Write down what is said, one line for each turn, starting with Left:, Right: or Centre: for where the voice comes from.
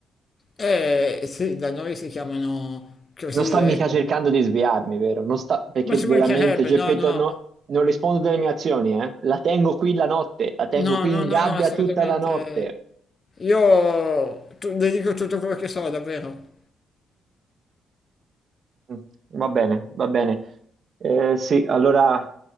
Left: Eh sì, da noi si chiamano così,
Right: Non sta
Left: ecco.
Right: mica cercando di sviarmi, vero? Non sta, perché
Left: Ma ci
Right: veramente,
Left: mancherebbe,
Right: Geppetto,
Left: no, no,
Right: no- non rispondo delle mie azioni, eh? La tengo qui la notte, la tengo
Left: no,
Right: qui
Left: no,
Right: in
Left: no,
Right: gabbia
Left: no, assolutamente.
Right: tutta la notte.
Left: Io tu- le dico tutto quello che so, davvero.
Right: Mm, Va bene, va bene. Eh, sì, allora